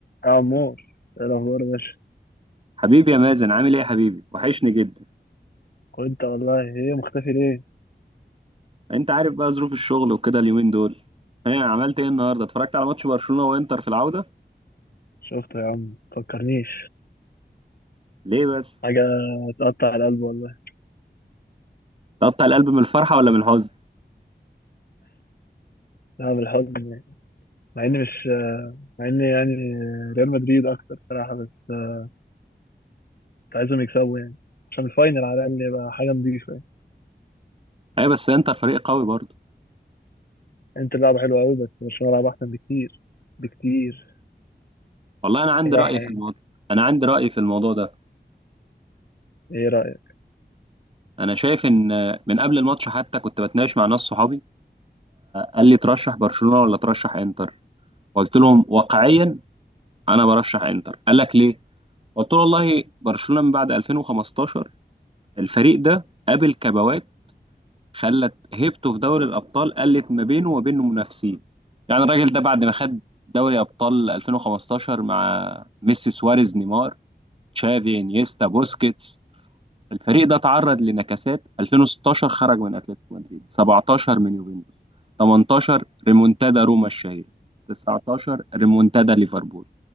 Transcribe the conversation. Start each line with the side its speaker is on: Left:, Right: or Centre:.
Left: يا عمور ايه الاخبار يا باشا
Right: حبيبي يا مازن عامل ايه يا حبيبي وحشني جدا
Left: وانت والله ايه مختفي ليه
Right: انت عارف بقى ظروف الشغل وكده اليومين دول ايه عملت ايه النهارده اتفرجت على ماتش برشلونة وانتر في العودة
Left: شفته يا عم مفكرنيش
Right: ليه بس
Left: حاجه تقطع القلب والله
Right: تقطع القلب من الفرحة ولا من الحزن
Left: انا بالحزن مع اني مش مع اني يعني ريال مدريد اكتر صراحه بس كنت عايزهم يكسبوا يعني عشان الفاينل على الاقل يبقى حاجه نضيفه يعني
Right: ايوه بس انتر فريق قوي برضه
Left: انت لعبه حلوه قوي بس برشلونه لعبه احسن بكتير بكتير
Right: والله انا عندي
Left: صراحه
Right: رأي في
Left: يعني
Right: الموضوع انا عندي رأي في الموضوع ده
Left: ايه رايك
Right: انا شايف ان من قبل الماتش حتى كنت بتناقش مع ناس صحابي قال لي ترشح برشلونة ولا ترشح انتر قلت لهم واقعيا انا برشح انتر قال لك ليه قلت له والله برشلونة من بعد 2015 الفريق ده قابل كبوات خلت هيبته في دوري الابطال قلت ما بينه وما بين منافسين يعني الراجل ده بعد ما خد دوري ابطال 2015 مع ميسي سواريز نيمار تشافي انيستا بوسكيتس الفريق ده تعرض لنكسات 2016 خرج من اتلتيكو مدريد 17 من يوفنتوس 18 ريمونتادا روما الشهيرة 19 ريمونتادا ليفربول